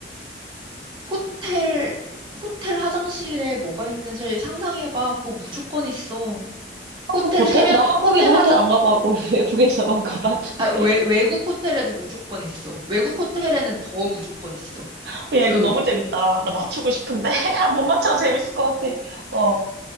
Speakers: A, on the right; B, on the right.
A: 호텔, 호텔 화장실에 뭐가 있는지 상상해봐. 그거 무조건 있어.
B: 한국
A: 호텔
B: 호텔?
A: 세면,
B: 나 한국에서
A: 호텔
B: 호텔
A: 하자,
B: 안 가봐고 <laughs> 외국에서만 가봤는데.
A: 아, 외, 외국 호텔에도 무조건 있어. 외국 호텔에는 더 무조건 있어.
B: <laughs> 야,
A: 그,
B: 이거 너무 재밌다. 나 맞추고 싶은데. <laughs> 못 맞춰. 재밌을 것 같아. 어,